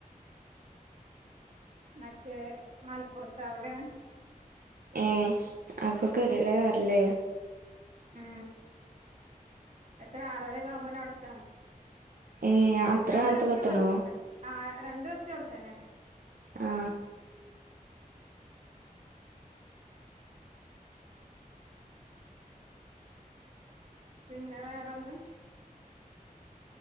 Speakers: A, on the right; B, on the right.
A: മറ്റേ മലപ്പുറത്ത് അവിടെയാണ്
B: ഏ അപ്പൊക്ക കെതേടേക്കാരം ല്ലേ
A: ഉം എത്ര ആറരക്കാവുമ്പോനെ അവിടെത്താണം
B: ഏഹ് അത്ര
A: രണ്ട്
B: നേരത്തൊക്കെ
A: ടെസ്റ്റും
B: എത്തണോ
A: മലപ്പുറത്തെന്നെ ആ രണ്ട് ടെസ്റ്റും അവിടെത്തന്നെ
B: ആ
A: പിന്നെ വേറെന്താ